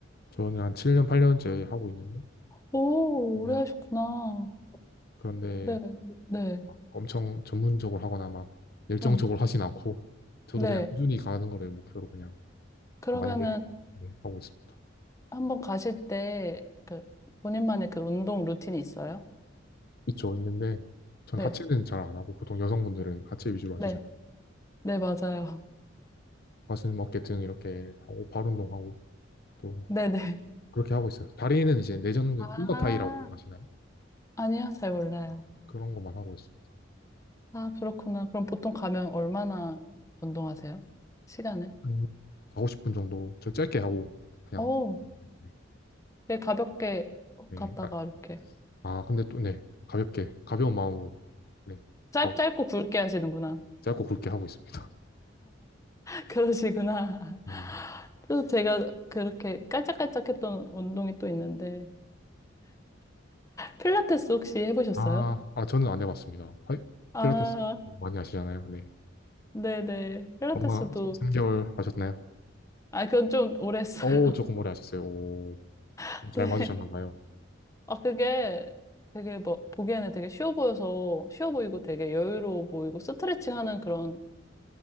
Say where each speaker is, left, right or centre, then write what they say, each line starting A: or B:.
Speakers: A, on the left; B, on the left.
A: 저는 한 7년, 8년째 하고 있는데,
B: 오, 오래
A: 네.
B: 하셨구나.
A: 그런데
B: 네, 네,
A: 엄청 전문적으로 하거나 막 열정적으로
B: 응,
A: 하진 않고 저도
B: 네.
A: 그냥 꾸준히 가는 거를 목표로 그냥
B: 그러면은
A: 좀 많이 늘- 네, 하고 있습니다.
B: 한번 가실 때 그 본인만의 그 운동 루틴이 있어요?
A: 있죠, 있는데 전
B: 네,
A: 하체는 잘 안 하고 보통 여성분들은 하체 위주로 하시잖아요.
B: 네, 네, 맞아요.
A: 가슴, 어깨 등 이렇게 하고 발 운동하고 또
B: <laughs> 네, 네.
A: 그렇게 하고 있어요. 다리는 이제 내전
B: 아,
A: 인거타이라고 하시나요?
B: 아니요, 잘 몰라요.
A: 아, 그런 것만 하고 있습니다.
B: 아, 그렇구나. 그럼 보통 가면 얼마나 운동하세요? 시간을?
A: 한 4, 50분 정도 저 짧게 하고 그냥
B: 오,
A: 네.
B: 네, 가볍게
A: 네.
B: 갔다가
A: 아,
B: 이렇게
A: 아, 근데 또 네. 가볍게 가벼운 마음으로 네.
B: 짧,
A: 하고
B: 짧고 굵게 하시는구나.
A: 짧고 굵게 하고 있습니다.
B: 그러시구나. <laughs>
A: 음.
B: 또 제가 그렇게 깔짝깔짝했던 운동이 또 있는데 필라테스 혹시 해보셨어요?
A: 아, 아, 저는 안 해봤습니다. 하이,
B: 아,
A: 필라테스 많이 하시잖아요. 네.
B: 네네. 필라테스도
A: 얼마, 3, 개월 하셨나요?
B: 아 그건 좀 오래 했어요.
A: 오, 조금 오래 하셨어요. 오,
B: <laughs> 네.
A: 잘 맞으셨나 봐요.
B: 아 그게 되게 뭐 보기에는 되게 쉬워 보여서 쉬워 보이고 되게 여유로워 보이고 스트레칭하는 그런